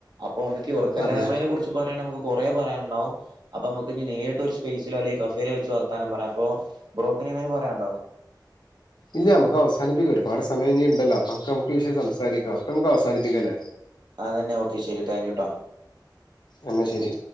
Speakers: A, on the right; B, on the left.
A: അപ്പൊ നമുക്ക് ഉറക്കല്ലായ്മയെ
B: അതെ
A: കുറിച്ച് പറയാൻ നമുക്ക് കുറേ പറയാനുണ്ടാവും അപ്പൊ നമുക്ക് ഇനി നേരിട്ട് ഒരു സ്പേസിലോ അല്ലെ കഫേയിലോ വെച്ച് വർത്താനോ പറയാം അപ്പോ ബ്രോക്ക് ഇനി എന്തെങ്കും പറയാനുണ്ടോ
B: ഇല്ല നമുക്ക് അവസാനപ്പിക്കാം ഒരുപാട് സമയം ഇനി ഇണ്ടല്ലോ അപ്പൊ നമുക്ക് വിഷയം സംസാരിക്കാം അപ്പൊ നമക്ക് അവസാനിപ്പിക്കാംല്ലേ
A: അതന്നെ ഒക്കെ ശരി താങ്ക് യൂ ട്ടോ
B: എന്നാ ശരി